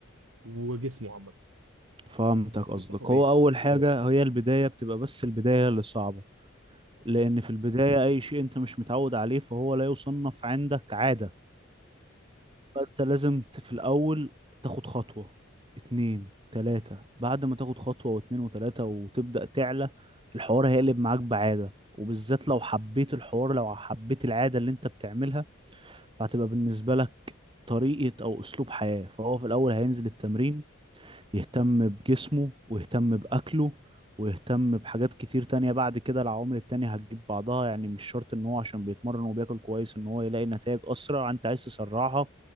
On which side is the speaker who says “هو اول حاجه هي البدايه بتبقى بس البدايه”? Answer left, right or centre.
Right